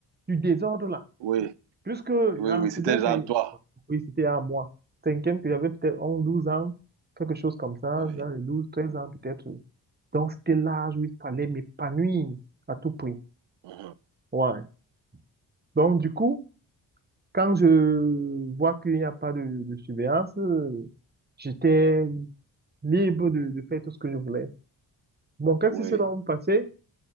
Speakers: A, on the right; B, on the right.
A: du désordre là.
B: oui,
A: Puisque en
B: oui, oui.
A: sixième,
B: C'était
A: cin-
B: Jean, toi.
A: oui, c'était à moi. Cinquième, puis j'avais peut-être 11 12 ans, quelque chose comme ça,
B: Oui,
A: dans les 12, 13 ans peut-être. Donc c'était l'âge où il fallait m'épanouir à tout prix.
B: Uhum.
A: Ouais. Donc du coup, quand je vois qu'il n'y a pas de, de surveillance, euh, j'étais libre de, de faire tout ce que je voulais. Bon, qu'est-ce
B: oui,
A: qui s'est donc passé?